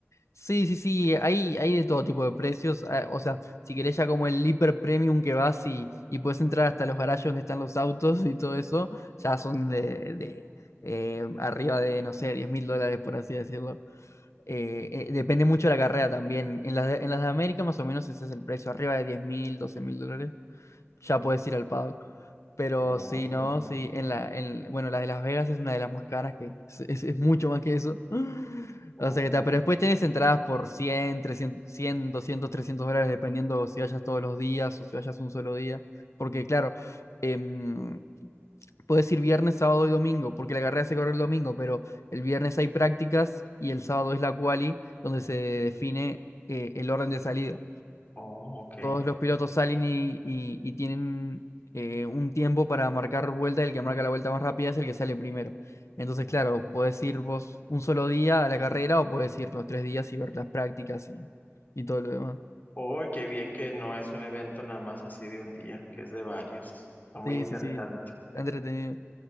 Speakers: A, on the left; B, on the left.
A: sí, sí, sí. Hay, hay de todo tipo de precios. ah, O sea, si querés ya como el hiper premium que vas y, y puedes entrar hasta los garajes donde están los autos y todo eso, ya son de, de, eh, arriba de, no sé, diez mil dólares, por así decirlo. Eh, eh, depende mucho de la carrera también. En las de, en las de América más o menos ese es el precio, arriba de diez mil, doce mil dólares. Ya puedes ir al paddock. Pero
B: uy,
A: sí, no,
B: no,
A: sí, en la, en, bueno, la de Las Vegas es una de las más caras que es, es- es mucho más que eso. <gasps>
B: ok,
A: O sea que está, pero después tienes entradas por 100 300 100 200 300 dólares, dependiendo si vayas todos los días o si vayas un solo día. Porque claro, em, puedes ir viernes, sábado y domingo, porque la carrera se corre el domingo, pero el viernes hay prácticas y el sábado es la quali, donde se define eh, el orden de salida
B: oh, ok.
A: todos los pilotos salen y, y- y tienen eh, un tiempo para marcar vuelta y el que marca la vuelta más rápida es el que sale primero. Entonces,
B: no.
A: claro, puedes ir vos un solo día a la carrera o puedes ir los tres días y ver las prácticas y, y todo lo demás.
B: Uy, qué bien que no es un evento nada más así de un día, que es de varios. Está muy
A: Sí,
B: interesante.
A: sí, sí, está entretenido.